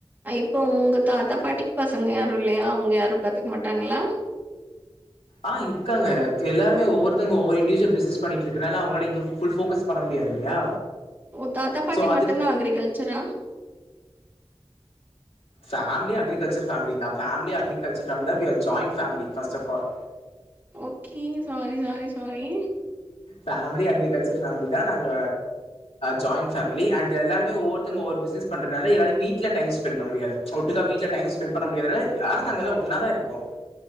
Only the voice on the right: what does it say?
ஐ இப்போ உங்க தாத்தா பாட்டிக்கு பசங்க ய இல்லையா அவுங்க யாரு பாத்துக்க மாட்டாங்களா
ஓ தாத்தா பாட்டி
மட்டுந்தா அக்ரிகல்ச்சரா
ஓகே <unintelligible> sorry sorry sorry